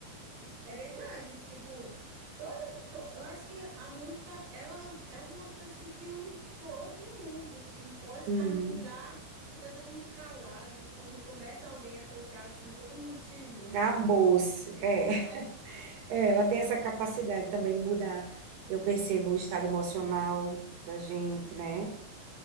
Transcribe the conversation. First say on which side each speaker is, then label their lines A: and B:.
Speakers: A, on the right (about 85°); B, on the right (about 60°).
A: É verdade, tipo, todo, to- eu acho que a música, ela é uma coisa assim que une todo mundo, assim, pode estar
B: Uhum.
A: num lugar que tá todo mundo calado, quando começa alguém a tocar, assim, todo mundo se junta,
B: Acabou-se.
A: e eu acho isso muito
B: É.
A: legal.
B: <laughs> É, ela tem essa capacidade também de mudar. Eu percebo o estado emocional da gente, né?